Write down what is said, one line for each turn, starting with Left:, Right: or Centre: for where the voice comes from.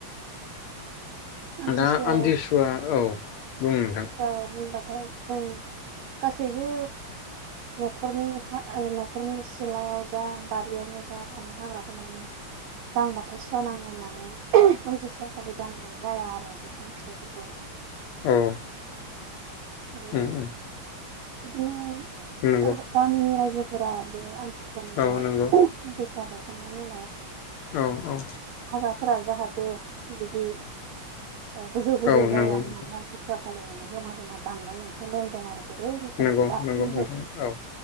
Right: आमथिसुवा
Left: दा आमथिसुआ औ बुं नोंथां।
Right: ओ होनबाथाय जों गासैबो न'खरनि न'खरनि सिलायाव जा बारियावनो जा थानाय हाग्राखौ माने दांबाथाय सुवा नाङो होननानै आमथिसुवा खालि दांनाय जाया आरो बिफां फिथाइफोरखौ।
Left: औ
Right: आरो
Left: उम उम
Right: बिदिनो
Left: नंगौ
Right: गामिनि रायजोफोरा बे आम थि सुवानि
Left: औ
Right: उनाव
Left: नंगौ
Right: आमथिसुवा बायखांनायनि उनाव
Left: औ औ
Right: हाग्राफोरा जाहाथे बिदि ओ गोजौ गोजौ
Left: औ
Right: जाया
Left: नंगौ
Right: होननानै
Left: नोंथां
Right: थि सुवा खालि माने जमा जमा दाननाय मोनसे नेम दं आरो। गोदो निफ्रायायनो
Left: नंगौ
Right: दासिमबो
Left: नंगौ नोंथां औ